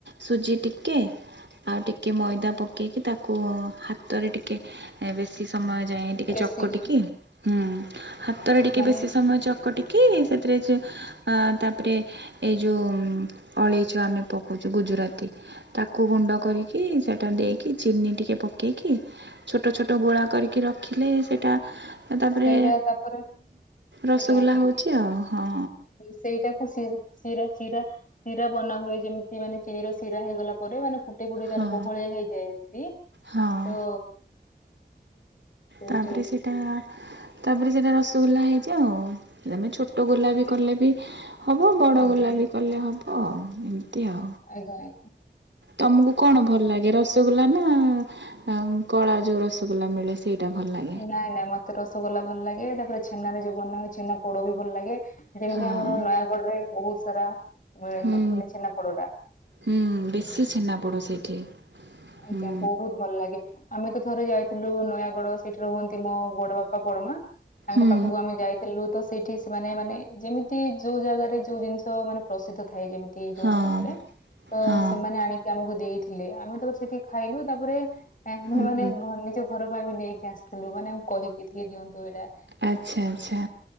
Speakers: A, on the right; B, on the left.
A: ସୁଜି ଟିକେ ଆଉ ଟିକେ ମଇଦା ପକେଇକି ତାକୁ ହାତରେ ଟିକେ ବେଶୀ ସମୟ ଯାଏ ଟିକେ ଟିକେ
B: ବେଶିକି
A: ଚକଟିକି ହୁଁ ହାତରେ ଟିକେ
B: ମାନେ
A: ବେଶୀ ସମୟ ଚକଟିକି ସେଥିରେ ଆ ତାପରେ ଏଇ ଯୋଉ ଅଳେଇଚ ଆମେ ପକଉଛୁ ଗୁଜୁରାତି ତାକୁ ଗୁଣ୍ଡ କରିକି ସେ ଟା ଦେଇକି ଚିନି ଟିକେ ପକେଇକି ଛୋଟ ଛୋଟ ଗୋଳା କରିକି ରଖିଲେ ସେଇଟା ଆଉ ତାପରେ
B: ସେଇଟା ତାପରେ
A: ରସଗୋଲା
B: ଆଜ୍ଞା ଆଜ୍ଞା
A: ହେଉଛି ଆଉ ହଁ।
B: ସେଇଟାକୁ ଶି ଶିରା ଶିରା ଶିରା ବନାହୁଏ ଯେମିତି ମାନେ ଚିନିର ଶିରା ହେଇଗଲା ପରେ ମାନେ ଫୁଟି ଫୁଟି ତାର
A: ହଁ
B: ବହଳିଆ ହେଇଯାଏ ଯେମିତି
A: ହଁ
B: ତ ସେଇଠି
A: ତାପରେ ସେଇଟା ତାପରେ ସେଇଟା ରସଗୋଲା ହେଇଯାଏ ଆଉ ଆମେ ଛୋଟ ଛୋଟ ଗୋଲା
B: ଆଜ୍ଞା
A: ବି କଲେ ବି ହେବ ବଡ଼
B: ଆଜ୍ଞା
A: ଗୋଲା ବି କଲେ ହେବ ଏମିତି ଆଉ।
B: ଆଜ୍ଞା ଆ
A: ତମକୁ କଣ ଭଲ ଲାଗେ ରସଗୋଲା ନା ଆଉ କଳା ଯୋଉ ରସଗୋଲା ମିଳେ? ଦିଇଟା ଭଲ ଲାଗେ।
B: ନାଇଁ ନାଇଁ ମତେ ରସଗୋଲା ଭଲ ଲାଗେ ଏଟା ପୁରା ଛେନାରେ ଯୋଉ ବନା ହୁଏ ଛେନା ପୋଡ ବି ଭଲ ଲାଗେ। ଯେମିତି
A: ହଁ
B: ଆମର ନୟାଗଡ ରେ ବହୁତ ସାରା ମିଳେନା
A: ହୁଁ
B: ଛେନାପୋଡ ଟା।
A: ହୁଁ ବେଶୀ ଛେନାପୋଡ଼ ସେଇଠି। ହୁଁ
B: ଆଜ୍ଞା ବହୁତ ଭଲ ଲାଗେ। ଆମେ ତ ଥରେ ଯାଇଥିଲୁ ନୟାଗଡ ସେଇଠି ର ହୁଅନ୍ତି ମୋ ବଡ ବାପା ବଡମା। ତାଙ୍କ
A: ହୁଁ
B: ପାଖକୁ ଆମେ ଯାଇଥିଲୁ ତ ସେଇଠି ସେମାନେ ମାନେ ଯେମିତି ଯୋଉ ଜାଗାରେ ଯୋଉ ଜିନିଷ ମାନେ ପ୍ରସିଦ୍ଧ ଥାଏ ଯେମିତି
A: ହଁ
B: ଯୋଉ ସ୍ଥାନରେ ତ
A: ହଁ
B: ସେମାନେ ଆଣିକି ଆମକୁ ଦେଇଥିଲେ। ଆମେ ତାପରେ ସେଠି ଖାଇଲୁ ତାପରେ ଆମେ
A: ହୁଁ
B: ମାନେ ଘ ନିଜ ଘର ପାଇଁ ବି ନେଇକି ଆସିଥିଲୁ ମାନେ କହିି ଟିକେ ଦିଅନ୍ତୁ ଏଇଟା
A: ଆଚ୍ଛା ଆଚ୍ଛା।